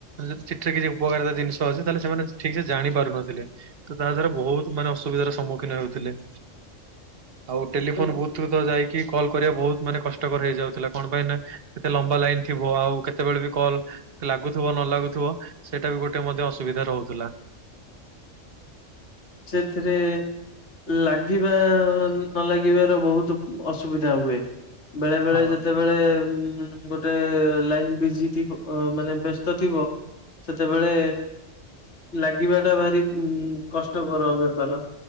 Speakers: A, on the right; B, on the left.
A: ଯଦି ଚିଠିରେ କିଛି ଉପକାରିତା ଜିନିଷ ଅଛି, ତାହେଲେ ସେମାନେ ଠିକ୍ ସେ ଜାଣି ପାରୁନଥିଲେ। ତ ତାହା ଦ୍ଵାରା ବହୁତ ମାନେ ଅସୁବିଧାର ସମ୍ମୁଖୀନ ହେଉଥିଲେ।
B: <inaudible>
A: ଆଉ ଟେଲିଫୋନ
B: କିନ୍ତୁ
A: ବହୁତ <unintelligible> ଯାଇକି କଲ୍ କରିବା ବହୁତ ମାନେ କଷ୍ଟକର ହେଇଯାଉଥିଲା। କଣ ପାଇଁ ନା କେତେ ଲମ୍ବା ଲାଇନ ଥିବ ଆଉ କେତେବେଳେ ବି କଲ ଲାଗୁଥିବ ନ ଲାଗୁଥିବ ସେଇଟା ବି ଗୋଟେ ମଧ୍ୟ ଅସୁବିଧା ରହୁଥିଲା।
B: ସେଥିରେ ଲାଗିବା ନ ଲାଗିବାର ବହୁତ ଅସୁବିଧା ହୁଏ। ବେଳେ ବେଳେ
A: ହଁ
B: ଯେତେ ବେଳେ ଗୋଟେ ଲାଇନ ବିଜି ଥିବ ମାନେ ବ୍ୟସ୍ତ ଥିବ। ସେତେବେଳେ ଲାଗିବାଟା ଭାରି ଉଁ କଷ୍ଟ। କଷ୍ଟକର ବେପାର।